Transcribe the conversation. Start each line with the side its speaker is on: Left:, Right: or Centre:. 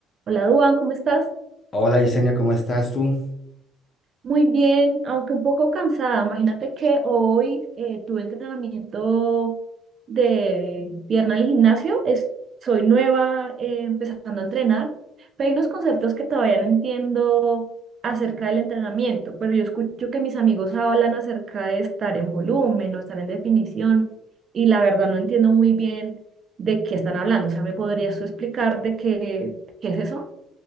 Right: Hola, Duan, ¿cómo estás?
Left: Hola Yesenia, ¿cómo estás tú?
Right: Muy bien, aunque un poco cansada. Imagínate que hoy eh, tuve entrenamiento de pierna en el gimnasio. Es, soy nueva eh, empezando a entrenar, pero hay unos conceptos que todavía no entiendo acerca del entrenamiento. Pero yo escucho que mis amigos hablan acerca de estar en volumen o estar en definición, y la verdad no entiendo muy bien de qué están hablando. O sea, ¿me podrías tú explicar de qué, qué es eso?